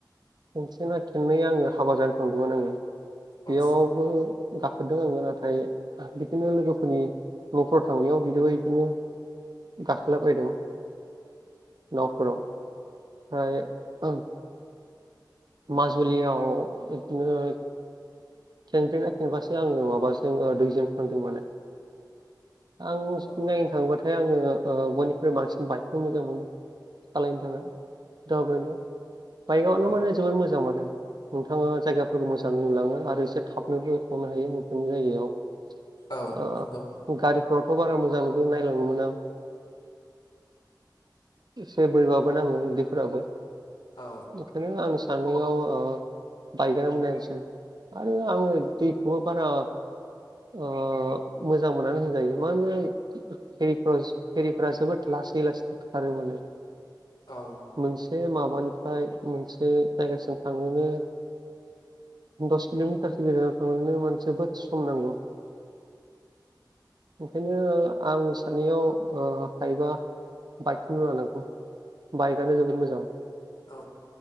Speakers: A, on the right (about 65°); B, on the left (about 85°).
A: खेसेना खेंनै आङो हाबा जानो थांदोंमोन आङो। बेयावबो
B: औ
A: गाखोदों आङो नाथाय बिदिनो लोगोफोरनि न'फ्राव थांनायाव <unintelligible> बिदिनो गाखोलाबायदों। नावफोराव ओमफ्राय ओं माजुलियाव बिदिनो खेनब्रेना खेनबासो आङो माबाजों दुइजन फानदों माने आं
B: औ
A: नायनो थाङोबाथाय आङो ओ बयनिफ्राय बांसिन बाइकखौ मोजां मोनो। सालायनो थाखाय दावबायनायाव बाइकआवनो
B: औ
A: माने जोबोद मोजां मोनो नोंथाङा जायगाफोरखौ मोजां नुलाङो आरो एसे थाबनोबो थांनो हायो नोंथांनि जायगायाव
B: औ नंगौ
A: ओ गारिफ्रावथ' बारा मोजांबो नायलांनो मोना। एसे बोरैबाबो नाङो उदैफोराबो
B: औ।
A: ओंखायनो आं सान्नायाव ओ बाइकआनो मोजांसिन। आरो आङो दैखौबो बारा ओ मोजां मोननानै होनजायो मानोना हिफ्राव एरिफोरा जोबोद लासै लासै खारो माने
B: औ।
A: मोनसे माबानिफ्राय मोनसे जायगासिम थांनोनो दस किल'मिटारसो गेजानाव थांनोनो मानसि जोबोद सम नांगौ। ओंखायनो आं साननायाव ओ हाइबा बाइकखौनो लानांगौ बाइकआनो जोबोद मोजां।
B: औ